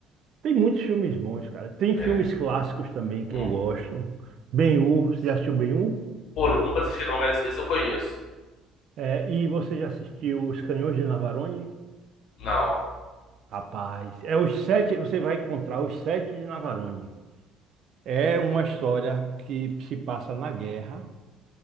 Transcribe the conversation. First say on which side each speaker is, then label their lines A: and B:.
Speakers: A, on the right; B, on the left.
A: Tem muitos filmes bons, cara. Tem
B: é.
A: filmes clássicos também que
B: Uhum.
A: eu gosto. Ben-Hur, você já assistiu Ben-Hur?
B: Pô, nu- nunca assisti não, mas esse eu conheço.
A: É, e você já assistiu Os Canhões de Navarone?
B: Não.
A: Rapaz, é os sete, você vai encontrar os sete de Navarone. É uma história que se passa na guerra,